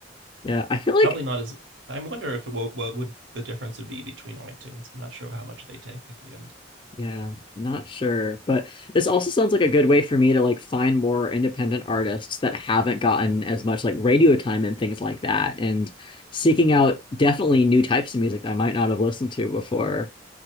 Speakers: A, on the left; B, on the right.
A: Yeah, I feel like
B: Probably not as I wonder if it will, what would the difference would be between iTunes. I'm not sure how much they take at the end.
A: Yeah, not sure, but this also sounds like a good way for me to like find more independent artists that haven't gotten as much like radio time and things like that, and seeking out definitely new types of music I might not have listened to before.